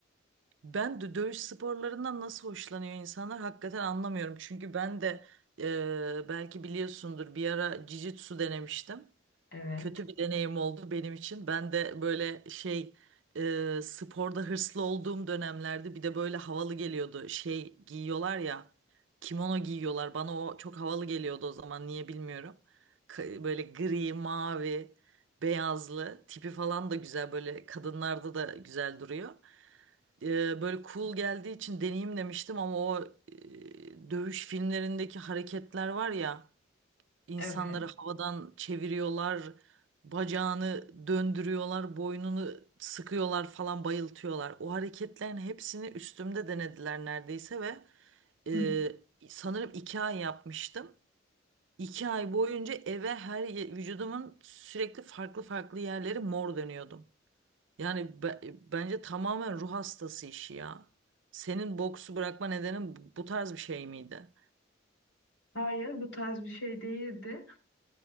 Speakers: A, on the right; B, on the left.
A: Ben de dövüş sporlarından nasıl hoşlanıyor insanlar hakikaten anlamıyorum. Çünkü ben de e, belki biliyorsundur bir ara jiu-jitsu denemiştim.
B: Evet,
A: Kötü bir deneyim oldu benim için. Ben de böyle şey e, sporda hırslı olduğum dönemlerde bir de böyle havalı geliyordu. Şey giyiyorlar ya kimono giyiyorlar. Bana o çok havalı geliyordu o zaman niye bilmiyorum. Ka- Böyle gri, mavi, beyazlı tipi falan da güzel böyle kadınlarda da güzel duruyor e, böyle cool geldiği için deneyim demiştim ama o e, dövüş filmlerindeki hareketler var ya insanları
B: evet.
A: havadan çeviriyorlar, bacağını döndürüyorlar, boynunu sıkıyorlar falan bayıltıyorlar. O hareketlerin hepsini üstümde denediler neredeyse ve
B: Hı.
A: e, sanırım iki ay yapmıştım. İki ay boyunca eve her ye- vücudumun sürekli farklı farklı yerleri mor dönüyordum. Yani be- bence tamamen ruh hastası işi ya. Senin boksu bırakma nedenin bu bu tarz bir şey miydi?
B: Hayır, bu tarz bir şey değildi.